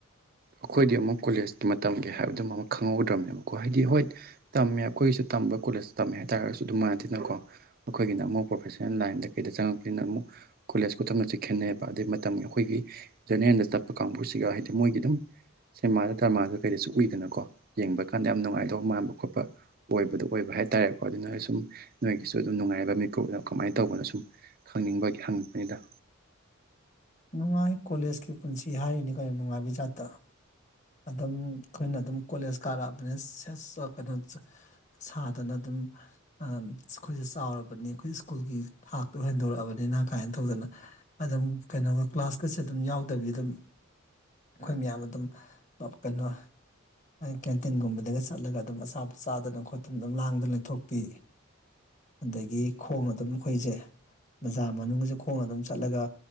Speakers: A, on the right (about 45°); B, on the left (about 35°).
A: ꯑꯈꯣꯏꯗꯤ ꯑꯃꯨꯛ ꯀꯣꯂꯦꯖꯀꯤ ꯃꯇꯝꯒꯤ ꯍꯥꯏꯕꯗꯨꯃ ꯑꯃ ꯈꯪꯍꯧꯗ꯭ꯔꯕꯅꯦꯕꯀꯣ ꯍꯥꯏꯗꯤ ꯍꯣꯏ ꯇꯝꯃꯦ ꯑꯩꯈꯣꯏꯒꯤꯁꯨ ꯇꯝꯕ ꯀꯣꯂꯦꯖ ꯇꯝꯃꯦ ꯍꯥꯏꯇꯥꯔꯒꯁꯨ ꯑꯗꯨꯝ ꯃꯥꯟꯅꯗꯦꯅꯀꯣ ꯑꯩꯈꯣꯏꯒꯤꯅ ꯑꯃꯨꯛ ꯄ꯭ꯔꯣꯐꯦꯁꯅꯦꯜ ꯂꯥꯏꯟꯗ ꯀꯩꯗ ꯆꯪꯉꯛꯄꯅꯤꯅ ꯑꯃꯨꯛ ꯀꯣꯂꯦꯖ ꯈꯨꯇꯝ ꯒꯛꯁꯤ ꯈꯦꯠꯅꯩꯑꯕ ꯑꯗꯩ ꯃꯇꯝ ꯑꯩꯈꯣꯏꯒꯤ ꯖꯔꯅꯦꯜꯗ ꯆꯠꯄ ꯀꯥꯡꯕꯨꯁꯤꯒ ꯍꯥꯏꯗꯤ ꯃꯣꯏꯒꯤ ꯑꯗꯨꯝ ꯁꯦꯃꯥꯗ ꯗꯔꯃꯥꯗ ꯀꯩꯗꯁꯨ ꯎꯏꯗꯅꯀꯣ ꯌꯦꯡꯕ ꯀꯥꯟꯗ ꯌꯥꯝ ꯅꯨꯡꯉꯥꯏꯗꯧꯕ ꯃꯥꯟꯕ ꯈꯣꯠꯄ꯫ ꯑꯣꯏꯕꯗꯣ ꯑꯣꯏꯕ ꯍꯥꯏꯇꯥꯔꯦꯀꯣ ꯑꯗꯨꯅꯣꯏ ꯁꯨꯝ ꯅꯣꯏꯒꯤꯁꯨ ꯑꯗꯨꯝ ꯅꯨꯡꯉꯥꯏꯕ ꯃꯤꯀꯨꯞ ꯑꯗꫭ ꯀꯃꯥꯏꯅ ꯇꯧꯕꯅꯣ ꯁꯨꯝ ꯈꯪꯅꯤꯡꯕꯒꯤ ꯍꯪꯉꯛꯄꯅꯤꯗ꯫
B: ꯅꯨꯡꯉꯥꯏ ꯀꯣꯂꯦꯖꯀꯤ ꯄꯨꯟꯁꯤ ꯍꯥꯏꯔꯤꯅꯤ ꯀꯩꯅꫭ ꯅꯨꯡꯉꯥꯏꯕꯩ ꯖꯥꯠꯇ꯫ ꯑꯗꯨꯝ ꯑꯩꯈꯣꯏꯅ ꯑꯗꯨꯝ ꯀꯣꯂꯦꯖ ꯀꯥꯔꯛꯑꯕꯅꯦ <unintelligible> ꯁꯥꯗꯅ ꯑꯗꯨꯝ꯫ ꯑꯩꯈꯣꯏꯁꯦ ꯆꯥꯎꯔꯕꯅꯤ ꯑꯩꯈꯣꯏ ꯁ꯭ꯀꯨꯜꯒꯤ ꯊꯥꯛꯇꯣ ꯍꯦꯟꯗꯣꯔꯛꯑꯕꯅꯤꯅ ꯀꯥꯏꯅ ꯇꯧꯗꯅ ꯑꯗꯨꯝ ꯀꯩꯅꯣꯒ ꯀ꯭ꯂꯥꯁꯀꯁꯦ ꯑꯗꯨꯝ ꯌꯥꯎꯗꯕꯤ ꯑꯗꯨꯝ ꯑꯩꯈꯣꯏ ꯃꯌꯥꯝ ꯑꯗꯨꯝ ꯀꯩꯅꯣ꯫ ꯀꯦꯟꯇꯤꯟꯒꯨꯝꯕꯗꯒ ꯆꯠꯂꯒ ꯑꯗꯨꯝ ꯑꯆꯥꯄꯣꯠ ꯆꯥꯗꯅ ꯈꯣꯠꯇꯅ ꯑꯗꯨꯝ ꯂꯥꯡꯗꯨꯅ ꯂꯩꯊꯣꯛꯄꯤ꯫ ꯑꯗꯒꯤ ꯈꯣꯡꯅ ꯑꯗꯨꯝ ꯑꯩꯈꯣꯏꯁꯦ ꯕꯖꯥꯔ ꯃꯅꯨꯡꯁꯦ ꯈꯣꯡꯅ ꯑꯗꯨꯝ ꯆꯠꯂꯒ꯫